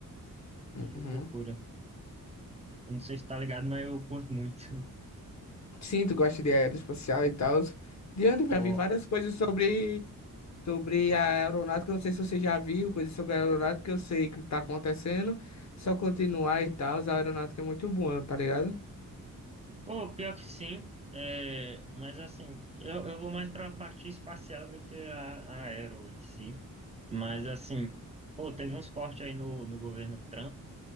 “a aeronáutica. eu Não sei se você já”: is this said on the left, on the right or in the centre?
Left